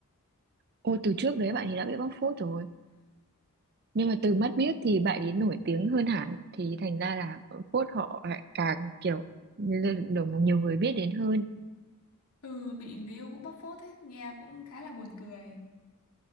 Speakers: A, on the right; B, on the left.
A: ôi từ trước đấy bạn ấy đã bị bóc phốt rồi Nhưng mà từ mắt biết thì bạn ấy nổi tiếng hơn hẳn thì thành ra là phốt họ lại càng kiểu lên được nhiều người biết đến hơn.
B: ừ bị người yêu cũng bóc phốt ấy nghe cũng khá là buồn cười